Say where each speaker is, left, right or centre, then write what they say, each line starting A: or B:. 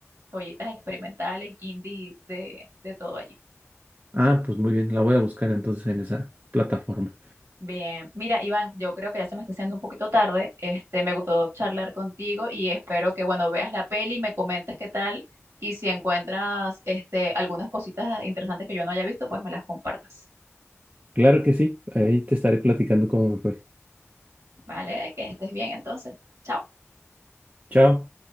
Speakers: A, on the right (about 65°); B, on the right (about 35°).
A: joyitas experimentales, indie, de, de todo allí.
B: Ah, pues muy bien, la voy a buscar entonces en esa plataforma.
A: Bien, mira, Iván, yo creo que ya se me está haciendo un poquito tarde. Este, me gustó charlar contigo y espero que, bueno, veas la peli y me comentes qué tal y si encuentras este algunas cositas interesantes que yo no haya visto, pues me las compartas.
B: Claro que sí, ahí te estaré platicando cómo me fue.
A: ¿Vale? Que estés bien entonces. Chao.
B: Chao.